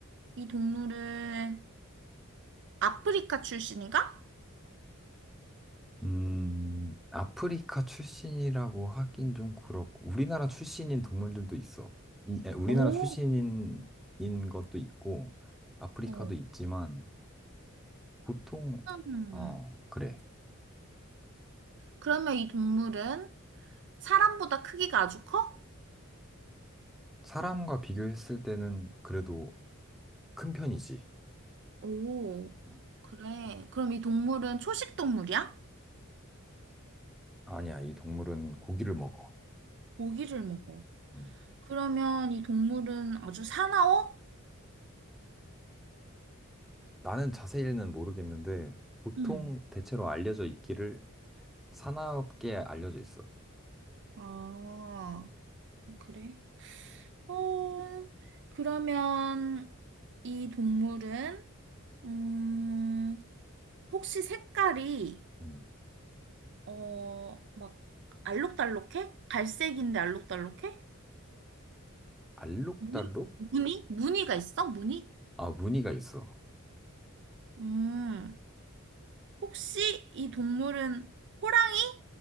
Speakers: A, on the right (about 55°); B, in the centre.
A: 이 동물은 아프리카 출신인가?
B: 음, 아프리카 출신이라고 하긴 좀 그렇고 우리나라 출신인 동물들도 있어. 이, 에, 우리나라
A: 오,
B: 출신인 인 것도 있고 아프리카도
A: 어.
B: 있지만 보통
A: 음.
B: 어, 그래.
A: 그러면 이 동물은 사람보다 크기가 아주 커?
B: 사람과 비교했을 때는 그래도 큰 편이지.
A: 오,
B: 어.
A: 그래. 그럼 이 동물은 초식 동물이야?
B: 아니야, 이 동물은 고기를 먹어.
A: 고기를 먹어.
B: 음.
A: 그러면 이 동물은 아주 사나워?
B: 나는 자세히는 모르겠는데 보통
A: 응.
B: 대체로 알려져 있기를 산업계에 알려져 있어.
A: 아, 그래. 어, 그러면 이 동물은, 음, 혹시 색깔이
B: 음.
A: 어, 막 알록달록해? 갈색인데 알록달록해?
B: 알록달록?
A: 무늬? 무늬? 무늬가 있어? 무늬?
B: 아, 무늬가 있어.
A: 음, 혹시 이 동물은 호랑이?